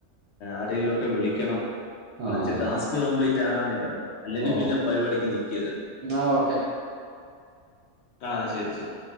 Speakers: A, on the left (about 65°); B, on the right (about 60°).
A: ആരെലും ഒക്കെ വിളിക്കണം
B: ആ
A: ളിച്ച്
B: അതന്നെ
A: ടാസ്ക് കംപ്ലീറ്റ് ആകാൻ നിക്കണം അല്ലെങ്കി
B: ഓ
A: പിന്നെ പരിപാടിക്ക് നിക്കയരുത്
B: എന്നാ ഓക്കെ
A: ആ ശരി ശരി